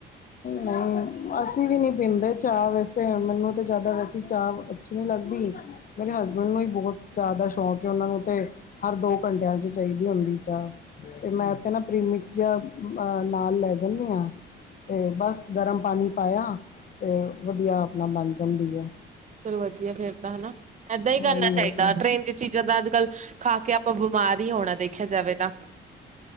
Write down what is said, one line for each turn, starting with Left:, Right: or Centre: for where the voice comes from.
Left: ਹਾਂ ਨਹੀਂ ਅਸੀਂ ਵੀ ਨਹੀਂ ਪੀਂਦੇ ਚਾਹ ਵੈਸੇ ਮੈਨੂੰ ਤਾਂ ਜ਼ਿਆਦਾ ਵੈਸੀੇ ਚਾਹ ਅੱਛੀ ਨਹੀਂੀ ਲੱਗਦੀ ਮੇਰੇ ਹਸਬੈਂਡ ਨੂੰ ਹੀ ਬਹੁਤ ਚਾਹ ਦਾ ਸ਼ੌਂਕ ਹੈ ਉਹਨਾਂ ਨੂੰ ਤੇ ਹਰ ਦੋ ਘੰਟਿਆਂ ਚ ਚਾਹੀਦੀ ਹੁੰਦੀ ਚਾਹ ਤੇ ਮੈਂ ਤੇ ਨਾ ਪ੍ਰੀਮਿਕਸ ਜ ਨਾਲ ਲੈ ਜਾਂਦੀ ਹਾਂ ਅਤੇ ਬਸ ਗਰਮ ਪਾਣੀ ਪਾਇਆ ਅਤੇ ਵਧੀਆ ਆਪਣਾ ਬਣ ਜਾਂਦੀ ਹੈ
Right: ਫਿਰ ਵਧੀਆ ਫੇਿਰਦਾ ਹਨਾ ਏਦਾਂ ਹੀ
Left: ਉਹੀ
Right: ਕਰਨਾ ਚਾਹੀਦਾ ਟ੍ਰੇਨ ਚ ਚੀਜ਼ਾਂ ਦਾ ਅੱਜ ਕੱਲ ਖਾ ਕੇ ਆਪਾਂ ਬਿਮਾਰ ਹੀ ਹੋਣਾ ਦੇਖਿਆ ਜਾਵੇ ਤਾਂ